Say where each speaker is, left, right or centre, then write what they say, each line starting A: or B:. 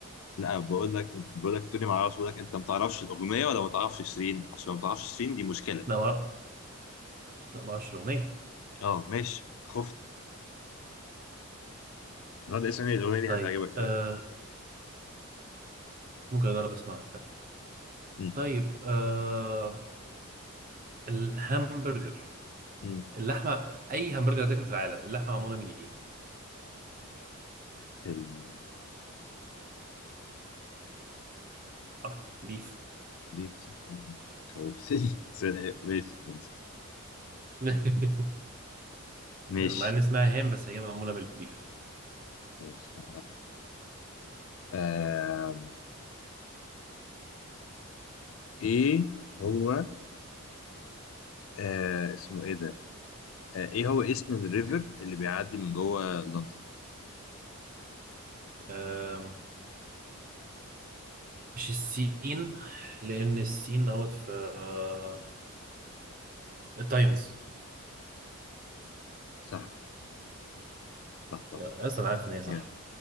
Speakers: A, on the left; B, on the right.
A: لا بقول لك بقول لك تقولي ما اعرفش بقول لك انت ما تعرفش الاغنيه ولا ما تعرفش شيرين عشان لو ما تعرفش شيرين دي مشكله
B: لا ما أعرف لا ما أعرفش الأغنية
A: اه ماشي خفت هذا اسم إيه؟ الاغنيه دي
B: طيب
A: هتعجبك قوي
B: آه ممكن أجرب أسمعها فعلا
A: مم.
B: طيب آه الهامبرجر
A: مم.
B: اللحمة أي همبرجر هتاكله في العالم اللحمة معمولة من إيه؟
A: البقر
B: صح بيف
A: بيفصح آه، خوفتني <laughs> ماشي كويس
B: <laughs>
A: ماشي
B: يعني مع ان اسمها هام بس هي معموله بالبيف
A: ماشي آه. ايه هو آه اسمه ايه ده آه ايه هو اسم الريفر اللي بيعدي من جوه لندن
B: آم، مش السين لان السين دوت في آه، التايمز
A: صح صح صح
B: اصلا أنا عارف ان هي صح
A: جامد